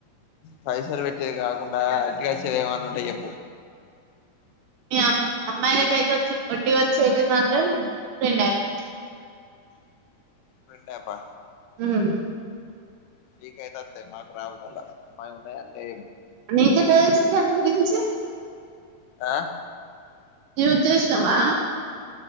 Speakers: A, on the left; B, on the right.
A: పైసలు పెట్టేది కాకుండా వట్టిగా వచ్చేదేమని ఉంటే చెప్పు
B: మీమ్ అమ్మాయిలకు అయితే ఒట్టి వచ్చేది మాత్రం ఫ్రెండు యాప్
A: ఫ్రెండ్ అప్ ఆ
B: హమ్
A: మేకైతే వస్తాయి మాకు రావు మల్ల మాయి ఉన్నయన్ని
B: మీకు ఎట్లా తెలుసు దాని గురించి
A: ఆ
B: యూస్ చేసినవా